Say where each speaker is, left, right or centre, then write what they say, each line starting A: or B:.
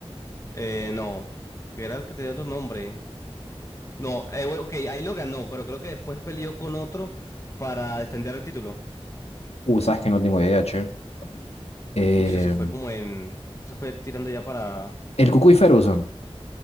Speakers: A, on the left (about 30°); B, on the left (about 75°).
A: Eh, no, que era el que tenía otro nombre. No, eh, bueno, ok, ahí lo ganó, pero creo que después peleó con otro para defender el título.
B: Uy, sabes que no tengo idea, che. Eh,
A: Uf, eso fue como en... Eso fue tirando ya para...
B: el Cucuy Ferguson.